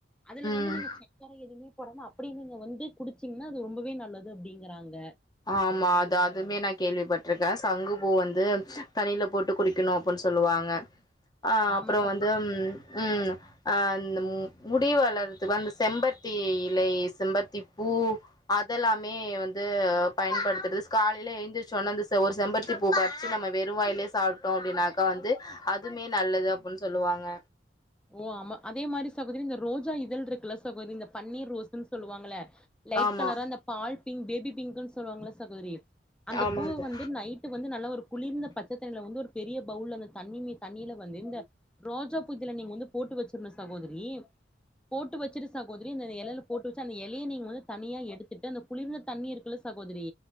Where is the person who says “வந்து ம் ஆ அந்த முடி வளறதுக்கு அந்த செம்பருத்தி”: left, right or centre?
Left